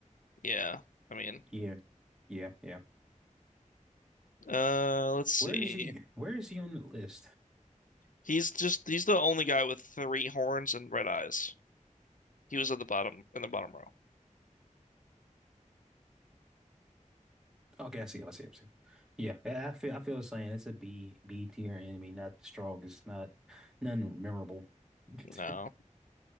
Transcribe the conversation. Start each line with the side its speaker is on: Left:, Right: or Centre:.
Left: Yeah. I mean,
Centre: Yeah. Yeah, yeah.
Left: Uh, let's see.
Centre: Where is he? Where is he on the list?
Left: He's just he's the only guy with three horns and red eyes. He was at the bottom in the bottom row.
Centre: Okay, I see him. I see him. I see him. Yeah, yeah. I feel. I feel the same. It's a B B tier enemy, not the strongest, not none memorable. <laughs>
Left: No.